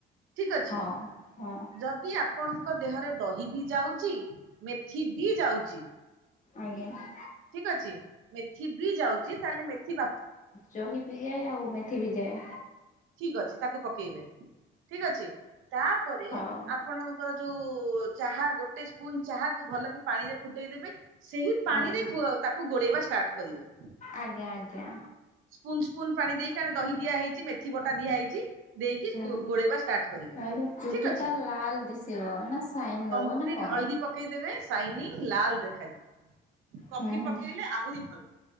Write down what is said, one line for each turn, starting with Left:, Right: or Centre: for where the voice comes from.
Right: ଠିକ ଅଛି?
Left: ହଁ
Right: <inaudible>
Left: ହଁ।
Right: ଯଦି ଆପଣଙ୍କୁ ଦେହରେ ଦହି ବି ଯାଉଚି ମେଥି ବି ଯାଉଚି।
Left: ଆଜ୍ଞା
Right: ଠିକ ଅଛି? ମେଥି ବି ଯାଉଚି ତାହେଲେ ମେଥି ବା
Left: ଦହି ବିି ଯାଏ, ଆଉ ମେଥି ବି ଯାଏ।
Right: ଠିକ ଅଛି ତାକୁ ପକେଇବେ। <inaudible> ଠିକ ଅଛି? ତାପରେ
Left: ହଉ
Right: ଏ ଆପଣଙ୍କର। ତାକୁ-ଉ, ଚାହା ଗୋଟେ ସ୍ପୁନ ଚାହା କୁ ଭଲ କି ପାଣିରେ ଫୁଟେଇଦବେ ଯୋଉ ସେହି ପାଣିରେ
Left: ଆଜ୍ଞା
Right: ପ ତାକୁ ଗୋଳେଇବା ଷ୍ଟାର୍ଟ କରିବେ।
Left: ଆଜ୍ଞା ଆଜ୍ଞା
Right: ସ୍ପୁନ ସ୍ପୁନ ପାଣି ଦେଇକି ଆମେ ଦହି ଦିଆହେଇଚି, ମେଥି ବଟା ଦିଆହେଇଚି। ଦେଇକି
Left: ହୁଁ।
Right: ଗୋଳେଇବା ଷ୍ଟାର୍ଟ କରିବେ।
Left: ହେଲେ ଚୁଟି
Right: ଠିକ ଅଛି?
Left: ଟା ଲାଲ ଦିଶିବ ନା ସାଇନ ଦବ
Right: କମପ୍ଲିଟ
Left: ନା କଣ?
Right: ହଳଦୀ ପକେଇ ଦେ ତେବେ ସାଇନିଂ ଲାଲ ଦେଖାଯିବ କଫି
Left: ହୁଁ ହୁଁ
Right: ପକେଇଲେ ଆହୁରି ଭଲ